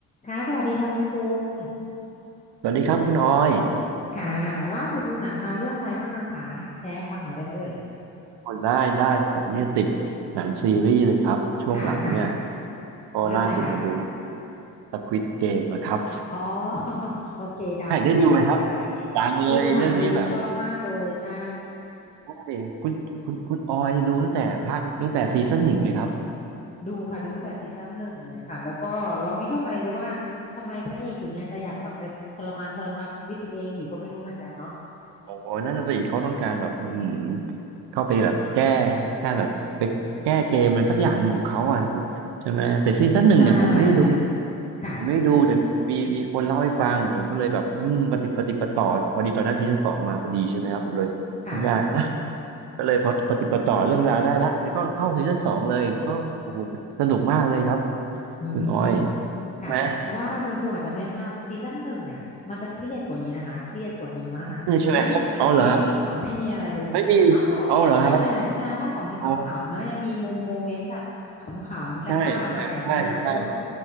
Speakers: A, on the left; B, on the right.
A: ค่ะสวัสดีค่ะคุณกรุง
B: สวัสดีครับคุณออย
A: ค่ะล่าสุดดูหนังมาเรื่องอะไรบ้างอะคะแชร์ให้ฟังหน่อยได้ไหมเอ่ย
B: โอ้ได้ได้ผมเนี่ยติดหนังซีรีส์เลยครับช่วงหลังเนี่ย
A: ค่ะค่ะ
B: ก็ล่าสุดมาดู
A: เรื่องอะไรคะ
B: Squid Game นะครับ
A: อ๋อ <laughs> โอเคดังเลยดังเลยเรื่องนี้ดูค่ะดูชอบมากเลยใช่
B: <laughs> ใช่ได้ดูไหมครับ ดังเลยเรื่องนี้แบบใช่คุณคุณคุณออยดูตั้งแต่ภาคตั้งแต่ซีซั่นหนึ่งเลยครับ
A: ดูค่ะดูตั้งแต่ซีซั่นหนึ่งเลยค่ะแล้วก็เราไม่เข้าใจเลยว่าทำไมพระเอกถึงยังจะอยากกลับไปทรมานทรกรรมชีวิตตัวเองอยู่ก็ไม่รู้เหมือนกันเนาะ
B: โอ้โหโอ้โหนั่นน่ะสิเขาต้องการแบบอื้อหือเข้าไปแบบแก้การแบบไปแก้เกมอะไรสักอย่างหนึ่งของเขาอ่ะผมใช่ไหมแต่ซีซั่นหนึ่งเนี่ยผมไม่ได้ดู
A: ใช่ค่ะ
B: ผมไม่ดูแต่มีมีคนเล่าให้ฟังผมก็เลยแบบอืมปฏิปฏิปต่อพอดีตอนนั้นซีซั่นสองมาพอดีใช่ไหมครับผมเลยคิดว่าอ่ะ
A: ค่ะ
B: ก็เลยพอปฏิปต่อเรื่องราวได้ละแล้วก็เข้าซีซั่นสองเลยก็โอ้โหสนุกมากเลยครับ
A: อืม
B: คุณออยใช่ไหม
A: ค่ะเพราะว่าคุณครูอาจจะไม่ทราบซีซั่นหนึ่งเนี่ยมันจะเครียดกว่านี้นะคะเครียดกว่านี้มากไม่มีตลกไม่มีขำไม่มีอะไรเลยภาคสองใช่ใช่ภาคสองยังขำๆเนอะยังมีมุมโมเมนต์แบบขำๆกันบ้างอะไรอย่างเงี้ยเออ
B: เออใช่ไหมครับเอาเหรอครับไม่มีเอาเหรอครับอ๋อใช่ใช่ใช่ใช่